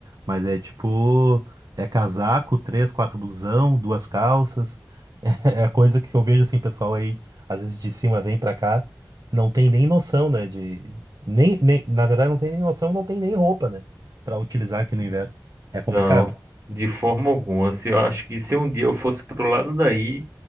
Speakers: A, on the right; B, on the right.
A: Mas é tipo, é casaco, três, quatro blusão, duas calças. <laughs> É a coisa que eu vejo, assim, pessoal aí, às vezes de cima vem pra cá, não tem nem noção, né? De, nem, nem, na verdade, não tem nem noção, não tem nem roupa, né? Pra utilizar aqui no inverno. É complicado.
B: Não, de forma alguma. Se eu acho que se um dia eu fosse pro lado daí